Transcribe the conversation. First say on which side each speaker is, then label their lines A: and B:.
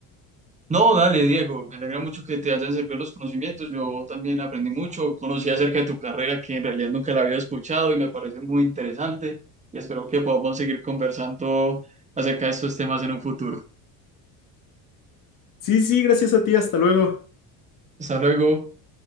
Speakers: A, on the right; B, on the left.
A: No, dale, Diego, me alegra mucho que te hayan servido los conocimientos. Yo también aprendí mucho, conocí acerca de tu carrera que en realidad nunca la había escuchado y me parece muy interesante y espero que podamos seguir conversando acerca de estos temas en un futuro.
B: Sí, sí, gracias a ti, hasta luego.
A: Hasta luego.